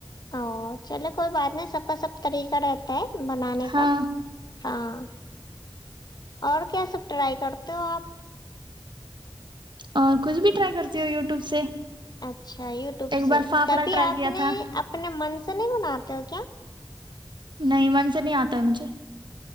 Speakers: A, on the left; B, on the right.
A: او چلو کوئی بات نہیں سب کا سب طریقہ رہتا ہے بنانے
B: ہاں
A: کا ہاں اور کیا سب ٹرائی کرتے ہو آپ
B: اور کچھ بھی ٹرائی کرتی ہو یوٹیوب سے
A: اچھا یوٹیوب
B: ایک
A: سے
B: بار فافڑا
A: تبھی
B: ٹرائی
A: آپ
B: کیا
A: نے
B: تھا
A: اپنے من سے ے نہیں منا آتے ہو کیا
B: نہیں من سے نہیں آتا ہے مجھے